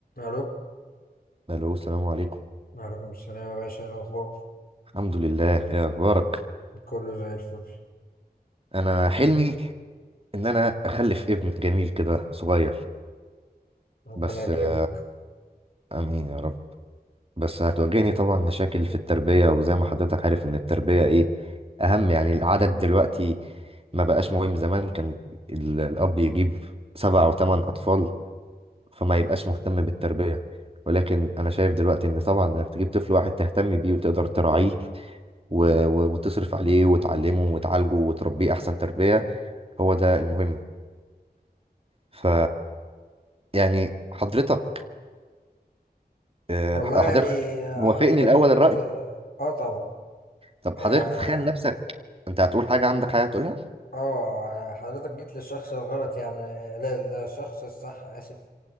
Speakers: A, on the left; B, on the right.
A: ألو
B: الو السلام عليكم
A: وعليكم السلام يا باشا إيه الأخبار
B: الحمد لله ايه اخبارك
A: كله زي الفل
B: انا حلمي ان انا اخلف ابن جميل كده صغير
A: ربنا
B: بس
A: يكرمك
B: آه، امين يا رب بس هتواجهني طبعا مشاكل في التربية وزي ما حضرتك عارف ان التربية ايه اهم يعني العدد دلوقتي ما بقاش مهم زمان كان ال- الاب يجيب سبع او ثمان اطفال فما يبقاش مهتم بالتربية ولكن انا شايف دلوقتي ان طبعا انك تجيب طفل واحد تهتم بيه وتقدر تراعيه و- و- وتصرف عليه وتعلمه وتعالجه وتربيه احسن تربية هو ده المهم ف يعني حضرتك آه،
A: والله
B: حضرتك
A: يعني
B: أكيد
A: آه،
B: موافقني
A: حضرتك
B: الاول
A: جيت
B: الرأي
A: اه آه طبعا
B: طب
A: اه
B: حضرتك بتتخيل نفسك انت هتقول حاجة عندك حاجة تقولها
A: آه، حضرتك جيت للشخص الغلط يعني آه، لا للشخص الصح آسف